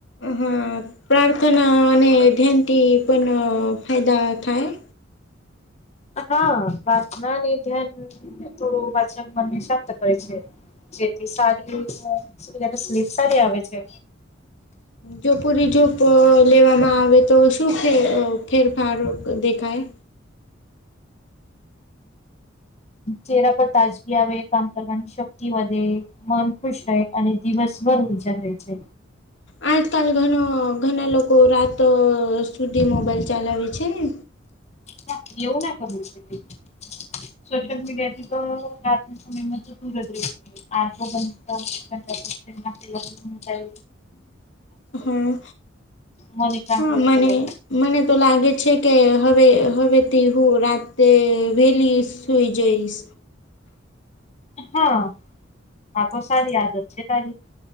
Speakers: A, on the left; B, on the left.
A: હા, પ્રાર્થના અને ધ્યાનથી પણ ફાયદા થાય.
B: હા, પ્રાર્થના ને ધ્યાન થોડું વાચન મનને શાંત કરે છે. જેથી સારી સ્લીપ સારી આવે છે.
A: જો પૂરી જોપ લેવામાં આવે, તો શું ફેર ફેરફાર દેખાય?
B: ચહેરા પર તાજગી આવે, કામ કરવાની શક્તિ વધે. મન ખુશ રહે અને દિવસભર ઉર્જા રહે છે.
A: આજકાલ ઘણા ઘણા લોકો રાતો સુધી મોબાઈલ ચાલાવે છે ને.
B: ના એવું ના કરવો જોઈએ. સોશલ મીડિયાથી તો લ સમનેમાં ગજ રહે. આગો <inaudible> <unintelligible> બ આ કરીવી મને કા
A: હા
B: મન એકાગ્ર
A: હા મને
B: કરે
A: મને તો લાગે છે કે હવે હવેથી હું રાત્રે વેલી સ સુઈ જઇસ.
B: હા, આ તો સારી આદત છે તારી.